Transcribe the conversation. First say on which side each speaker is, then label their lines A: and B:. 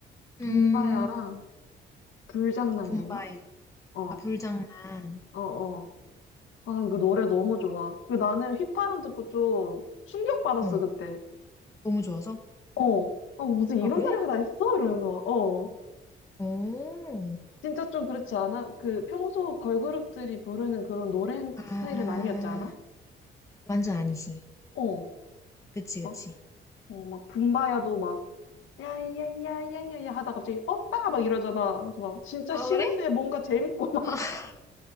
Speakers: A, on the left; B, on the left.
A: 음,
B: 붐바야랑 불장난이었나?
A: 아, 붐바야.
B: 어,
A: 아, 불장난.
B: 어, 어. 아, 그 노래 너무 좋아. 그 나는 휘파람 듣고 좀 충격받았어,
A: 어,
B: 그때.
A: 너무 좋아서?
B: 어, 어, 무슨 이런
A: 아, 그래?
B: 노래가 다 있어? 이러면서. 어.
A: 오,
B: 진짜 좀 그렇지 않아? 그 평소 걸그룹들이 부르는 그런 노래
A: 아,
B: 스타일은 아니었지 않아?
A: 완전 아니지.
B: 어.
A: 그치, 그치.
B: 막, 어, 막 붐바야도 막 야야야야야야 하다 갑자기 오빠 막 이러잖아. 그래서 막 진짜
A: 아,
B: 싫은데
A: 그래?
B: 뭔가 재밌고
A: <laughs>